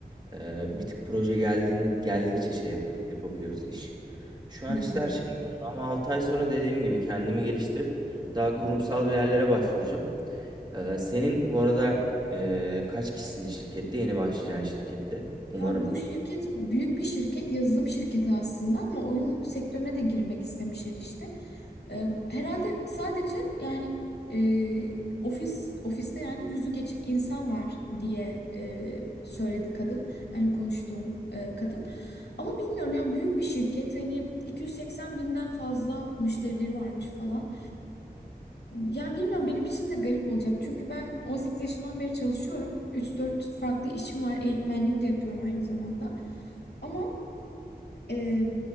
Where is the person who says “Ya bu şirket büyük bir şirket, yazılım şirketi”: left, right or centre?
Left